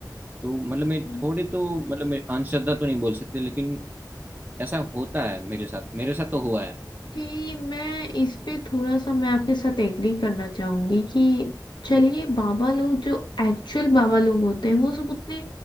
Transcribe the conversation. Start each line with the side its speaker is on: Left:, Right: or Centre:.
Right: तो मतलब मैं
Left: हम्म।
Right: थोड़े तो मतलब मैं अंशतः तो नहीं बोल सकते लेकिन ऐसा होता है मेरे साथ मेरे साथ तो हुआ है
Left: कि मैं इस पे थोड़ा सा मैं आपके साथ एग्री करना चाहूंगी कि चलिए बाबा लोग जो एक्चुअल बाबा लोग होते हैं वो सब उतने